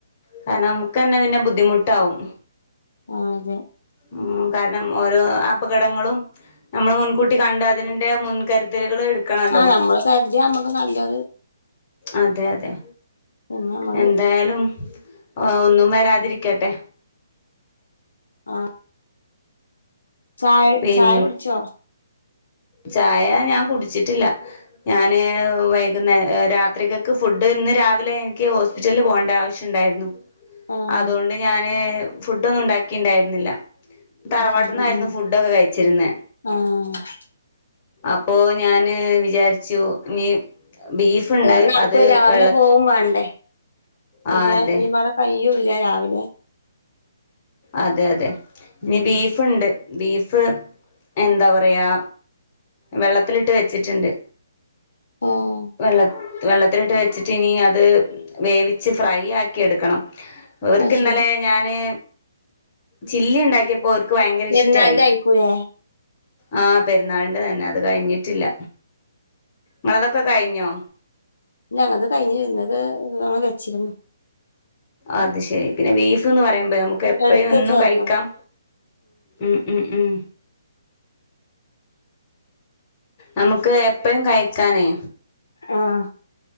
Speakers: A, on the left; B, on the left.
A: കാരണം നമുക്കന്നെ പിന്നെ ബുദ്ധിമുട്ടാവും
B: ആഹ് അതെ
A: ഉം കാരണം ഓരോ അപകടങ്ങളും നമ്മള് മുൻകൂട്ടി കണ്ട് അതിനന്റെ മുൻകരു തിലുകള് എടുക്കണല്ലോ
B: ആഹ് നമ്മള് കരുതിയ നമ്മക്ക് നല്ലത്
A: അതെ അതെ
B: പിന്നെ നമ്മള്
A: എന്തായാലും ഓ ഒന്നും വരാതിരിക്കട്ടെ
B: ആഹ് ചായ
A: പിൻ
B: ചായ കുടിച്ചോ
A: ചായ ഞാൻ കുടിച്ചിട്ടില്ല ഞാന് വൈകുന്നേ രാത്രികക്ക് ഫുഡ് ഇന്ന് രാവി വിലെ എനിക്ക് ഹോസ്പിറ്റലിൽ പോകേണ്ട ആവശ്യം ഇണ്ടായിരുന്നു
B: ആഹ്
A: അതൊണ്ട് ഞാന് ഫുഡ് ഒന്നും ഉണ്ടാക്കി ഇണ്ടായിരുന്നില്ല തറവാട്ടിന്നായിരുന്നു
B: അത് ശരി ആഹ്
A: ഫുഡൊക്കെ കയിച്ചിരുന്നെ
B: ആഹ്
A: അപ്പോ ഞാന് വിചാരിച്ചു ഇനി ബീഫ്ണ്ട്
B: അല്ല നടക്കൂല
A: അത്
B: രാവിലെ
A: വെള്ള
B: പോവും വേണ്ടേ പിന്നെ
A: ആഹ് അതെ
B: എന്നും പറഞ്ഞ് പയ്യും ഇല്ല രാവിലെ
A: അതെ അതെ ഇനി
B: ഉം
A: ബീഫ് ഫുണ്ട് ബീഫ് എന്താ പറയാ വെള്ളത്തിലിട്ട് വെച്ചിട്ട്ണ്ട്
B: ആഹ്
A: വെള്ളത് വെള്ളത്തിലിട്ട് വെച്ചിട്ട് ഇനി അത് വേവിച്ച് ഫ്രൈ ആക്കിയെട്ക്കണം അവർക്ക്
B: അത് ശരി
A: ഇന്നലെ ഞാനേ ചില്ലി ഉണ്ടാക്കിയപ്പോ ഓർ ഇക്ക് ഭയങ്കര
B: പെരുന്നാളിന്റെ
A: ഇഷ്ടായി
B: ആയിക്കൂലേ
A: ആഹ് പെരുന്നാളിന്റെ തന്നെ അത് കഴിഞ്ഞിട്ടില്ല ങ്ങളതൊക്കെ കഴിഞ്ഞോ
B: ഞങ്ങക്ക് കയിഞ്ഞിരുന്നത് ഞങ്ങള് വെച്ചിരുന്നു
A: അത് ശെരി പിന്നെ ബീഫ്ന്ന് പറയുമ്പെഴ് നമുക്ക് എപ്പയും
B: എടുത്ത്
A: എന്നും
B: വെച്ചായിരുന്നു
A: കഴിക്കാം ഉം ഉം ഉം നമുക്ക് എപ്പയും കയിക്കാനേ
B: ആഹ്